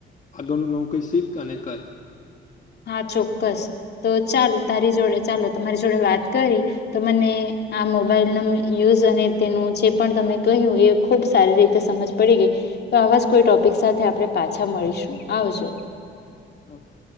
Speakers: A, on the left (about 40°); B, on the left (about 55°).
A: આગળનું નવું કઈ શીખ અને કર
B: હા, ચોક્કસ તો ચાલ તારી જોડે ચાલો તમારી જોડે વાત કરી તો મને આ મોબાઈલ ન યુઝ અને તેનું જે પણ તમે કહ્યું, એ ખુબ સારી રીતે સમજ પડી ગઈ. તો આવા જ કોઈ ટોપિક સાથે આપડણે પાછા મળીશું આવજો.
A: હ છે,